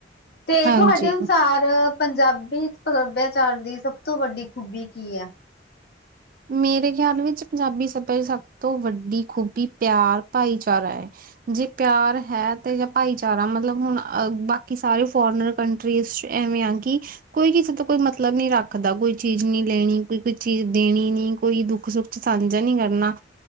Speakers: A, on the left; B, on the right.
A: ਤੇ
B: ਹਾਂਜੀ
A: ਤੁਹਾਡੇ ਅਨੁਸਾਰ ਪੰਜਾਬੀ ਸੱਭਿਆਚਾਰ ਦੀ ਸਭ ਤੋਂ ਵੱਡੀ ਖੂਬੀ ਕੀ ਐ?
B: ਮੇਰੇ ਖਿਆਲ ਵਿੱਚ ਪੰਜਾਬੀ ਸੱਭਿਆ ਸਭ ਤੋਂ ਵੱਡੀ ਖੂਬੀ ਪਿਆਰ, ਭਾਈਚਾਰਾ ਐ। ਜੇ ਪਿਆਰ ਹੈ ਤੇ ਯਾ ਭਾਈਚਾਰਾ ਮਤਲਬ ਹੁਣ ਅ ਬਾਕੀ ਸਾਰੇ ਫੋਰਨਰ ਕੰਟਰੀਜ਼ ਚ ਐਵੇਂ ਆ ਕਿ ਕੋਈ ਕਿਸੇ ਤੋ ਕੋਈ ਮਤਲਬ ਨੀ ਰੱਖਦਾ ਕੋਈ ਚੀਜ਼ ਨੀ ਲੈਣੀ ਕੋਈ ਕੋਈ ਚੀਜ਼ ਦੇਣੀ ਨੀ ਕੋਈ ਦੁੱਖ ਸੁੱਖ ਸਾਂਝਾ ਨੀ ਕਰਨਾ।